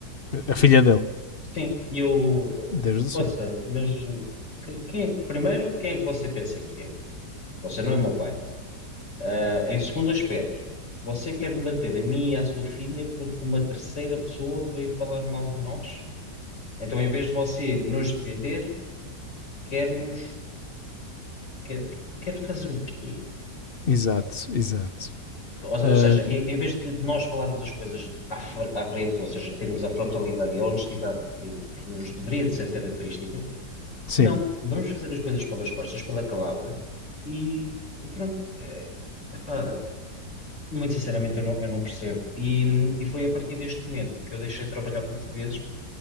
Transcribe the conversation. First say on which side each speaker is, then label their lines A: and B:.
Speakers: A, on the left; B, on the left.
A: A filha dele.
B: Sim, e eu,
A: Deus do
B: ouça,
A: céu.
B: mas que- quem, é- primeiro, quem é que você pensa que é? Você não é meu pai. Ah, em segundo aspecto, você quer me bater a mim e à sua filha porque uma terceira pessoa veio falar mal de nós? Então, em vez de você nos defender, quer nos, quer, quer fazer o quê?
A: Exato, exato.
B: Ou se-
A: Ah,
B: ou seja, em, em vez de nós falarmos as coisas à, fr- à frente, ou seja, termos a frontalidade e a honestidade que, que nos deveria de ser característica,
A: sim,
B: não, vamos fazer as coisas pelas costas, pela calada, e, e pronto. É, epá, muito sinceramente, eu não, eu não percebo. E, e foi a partir deste momento que eu deixei de trabalhar com portugueses,